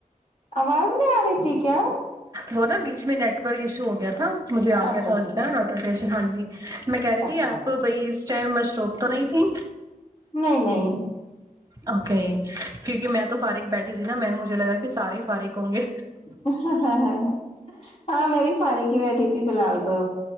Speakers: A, on the left (about 45°); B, on the right (about 25°).
A: آواز نہیں آ رہی تھی کیا
B: وہ نا بیچ میں نیٹ ورک ایشو ہو گیا تھا مجھے آ
A: اچھا
B: گیا تھا
A: اچھا
B: اس ائن آٹوٹی ہاں جی میں کہہ رہی
A: اچھا
B: تھی آپ بائی م مشروف تو نہیں تھی
A: نہیں نہیں
B: اوکے کیونکہ میں تو فارک بیٹھی نا میں نےجھ مجھے لگا کہ سارے فاریک ہوں گے
A: ہ ہ ہاں ہاں میں بھی فار ہی بیٹھی تھی فی الحال تو